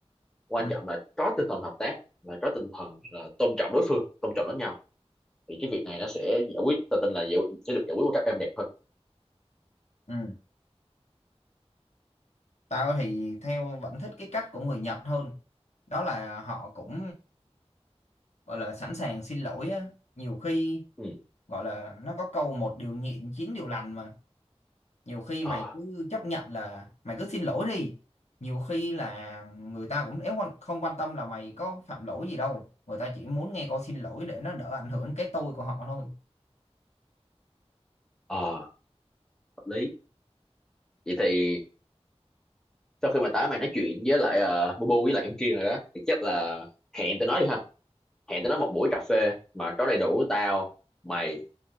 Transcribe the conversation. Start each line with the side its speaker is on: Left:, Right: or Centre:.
Centre: quan
Left: ừ
Centre: trọng là có tinh thần hợp tác và có tinh thần là tôn trọng đối phương tôn trọng lẫn nhau thì cái việc này nó sẽ giải quyết tao tin là giải, sẽ được giải quyết một cách êm đẹp hơn
Left: ừ tao thì theo vẫn thích cái cách của người Nhật hơn đó là họ cũng gọi là sẵn sàng xin lỗi á nhiều khi
Centre: ừ
Left: gọi là nó có câu một điều nhịn chín điều lành mà nhiều khi
Centre: ờ
Left: mày cứ chấp nhận là mày cứ xin lỗi đi nhiều khi là người ta cũng nếu quan- không quan tâm là mày có phạm lỗi gì đâu người ta chỉ muốn nghe câu xin lỗi để nó đỡ ảnh hưởng cái tôi của họ thôi
Centre: ờ hợp lý vậy thì sau khi mà tá mày nói chuyện với lại uh, Bubu với lại em kia rồi đó thì chắc là hẹn tụi nó đi ha hẹn tụi nó một buổi cà phê mà có đầy đủ tao mày